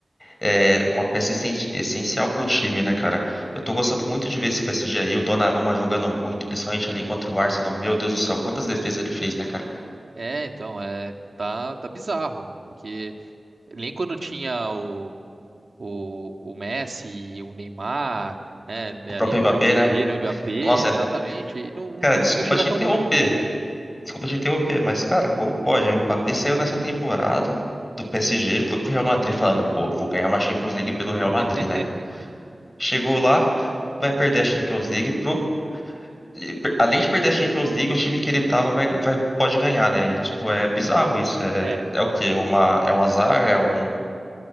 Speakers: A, on the left; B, on the right.
A: é uma peça essen- essencial pro time, né, cara? Eu tô gostando muito de ver esse PSG aí, o Donnarumma jogando muito, principalmente ali contra o Arsenal. Meu Deus do céu, quantas defesas ele fez, né, cara?
B: É, então, é, tá, tá bizarro, porque nem quando tinha o, o, o Messi e o Neymar, né,
A: O próprio
B: ali no
A: Mbappé,
B: PSG,
A: né?
B: no Mbappé, exatamente,
A: Nossa, é-
B: e não,
A: cara,
B: não conseguiu
A: desculpa
B: chegar
A: te
B: tão
A: interromper.
B: longe, né?
A: Desculpa te interromper, mas, cara, como pode? O Mbappé saiu nessa temporada do PSG, foi pro Real Madrid falando, pô, vou ganhar uma Champions League pelo Real
B: <laughs>
A: Madrid, né? Chegou lá, vai perder a Champions League pro e per- além de perder a Champions League, o time que ele tava vai, vai- pode ganhar, né? E, tipo, é bizarro isso. É,
B: É,
A: é o quê? É Uma, é um azar? É um,